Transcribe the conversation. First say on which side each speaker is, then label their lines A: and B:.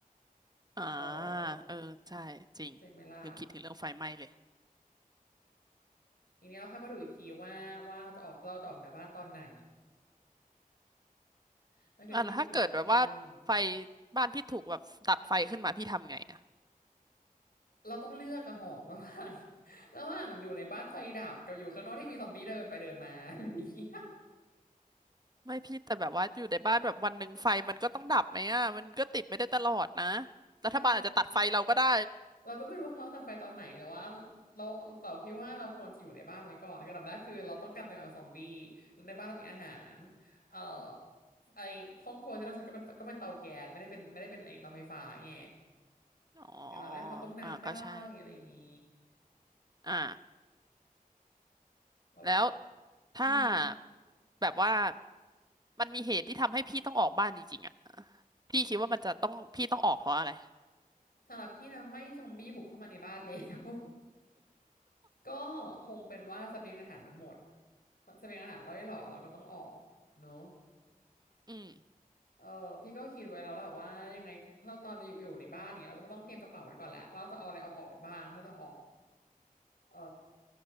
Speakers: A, on the right; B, on the left.
A: อ่า
B: เออ
A: เออใช่จริง
B: เจเมล่า
A: ลืมคิดถึงเรื่องไฟไหม้เลย
B: ทีนี้เราค่อยมาดูอีกทีว่าว่าเราจะออกเราจะออกจากบ้านตอนไหน <laughs> นั่นคือที่พี่คิดไว้ตอนต้น
A: อ่ะแล้วถ้าเกิดแบบว่าไฟบ้านพี่ถูกแบบดับไฟขึ้นมาพี่ทำไงอ่ะ
B: เราต้องเลือกอะหอมระหว่าง <laughs> ระหว่างอยู่ในบ้านไฟดับกับอยู่ข้างนอกที่มีซอมบี้เดินไปเดินมา <laughs> อะไรอย่างเงี้ย
A: ไม่พี่แต่แบบว่าอยู่ในบ้านแบบวันหนึ่งไฟมันก็ต้องดับไหมอ่ะมันก็ติดไม่ได้ตลอดนะ
B: ใช่
A: รัฐบาลอาจจะตัดไฟเราก็ได้
B: เราก็ไม่รู้ว่าเขาตัดไฟตอนไหนแต่ว่าเราแต่พี่ว่าเราควรจะอยู่ในบ้านไว้ก่อนอันดับแรกคือเราต้องกันตัวเองจากซอมบี้ในบ้านเรามีอาหารเอ่อไอห้องครัวที่เราใช้ก็เป็นก็เป็นเตาแก๊สไม่ได้เป็นไม่ได้เป็นไอเตาไฟฟ้าไง
A: อ๋อ
B: อย่างไรพอต้มน้ำได้อะไรอย่างงี้
A: อ่าก็ใช่อ่า
B: เราก็
A: แล้วถ้า
B: อืม
A: แบบว่ามันมีเหตุที่ทำให้พี่ต้องออกบ้านจริงๆอ่ะพี่คิดว่ามันจะต้องพี่ต้องออกเพราะอะไร
B: สำหรับพี่นะไม่ซอมบี้บุกเข้ามาในบ้านแล้ว ก็คงเป็นว่าเสบียงอาหารมันหมดเสบียงอาหารร่อยหรอเราก็ต้องออกเนอะ
A: อืม
B: เออพี่ก็คิดไว้แล้วแหละว่ายังไงถ้าตอนอยู่อยู่ในบ้านอย่างเนี้ยเราก็ต้องเตรียมกระเป๋าไว้ก่อนแหละว่าจะเอาอะไรเอาออกไปบ้างถ้าจะออกเออ